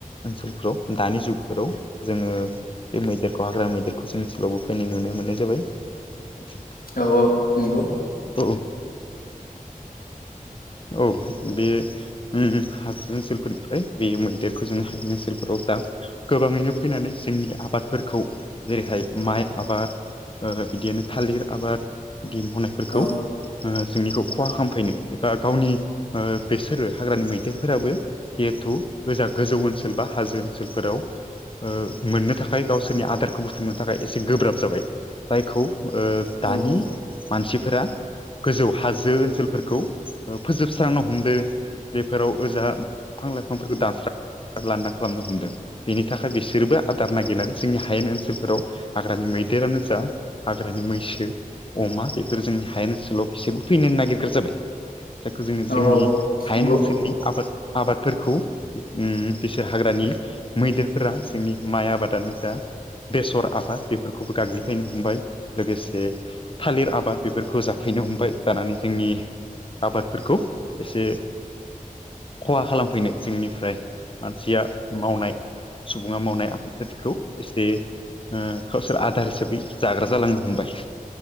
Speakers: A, on the left (about 40°); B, on the left (about 85°).
A: ओनसोलफोराव दानि जुगफोराव जोङो बे मैदेरखौ हाग्रा मैदेरखौ जों ओनसोलावबो फैनाय नुनो मोननाय जाबाय। <inaudible>
B: औ औ नंगौ।
A: अ औ बे उम उम हाजो ओनसोलफोरनिफ्राय बे मैदेरखौ जों हाये ओनसोलफोराव दा गोबाङैनो फैनानै जोंनि आबादफोरखौ जेरैहाय माइ आबाद बिदियनो थालिर आबाद बिदि मावनायफोरखौ
B: औ औ
A: जोंनिखौ खहा खालामफैनो ओ गावनि ओ बेसोरो हाग्रानि मैदेरफोराबो जिहेथु गोजा गोजौ ओनसोल बा हाजो ओनसोलफोराव ओ मोननो थाखाय गावसोरनि आदारखौ बुथुमनो थाखाय एसे गोब्राब जाबाय। जायखौ ओ
B: औ
A: दानि मानसिफोरा गोजौ हाजो ओनसोलफोरखौ ओ फोजोबस्रांनो हमदों बेफोराव ओजा दफां-लाइफांफोरखौ दानस्रां लांदां खालामनो हमदों। बेनि थाखाय बिसोरबो आदार नागिरनानै जोंनि हायेन ओनसोलफोराव हाग्रानि मैदेरानो जा हाग्रानि मैसो, अमा बेफोर जोंनि हायेन ओनसोलाव बेसोरबो फैनो नागिरग्रा जाबाय। जायखौ जोङो जोंनि
B: औ औ
A: हायेन
B: नंगौ
A: ओनसोलनि आबाद आबादफोरखौ उम बिसोर हाग्रानि मैदेरफोरा जोंनि माइ आबादानो जा बेसर, आबाद बेफोरखौबो गाग्लिफैनो हमबाय लोगोसे थालिर आबाद बेफोरखौ जाफैनो हमबाय जानानै जोंनि आबादफोरखौ एसे खहा खालामफैनो जोंनिफ्राय मानसिया मावनाय सुबुङा मावनाय आबदफोरखौ एसे ओ गावसोर आदार हिसाबै जाग्रा जालांनो हमबाय।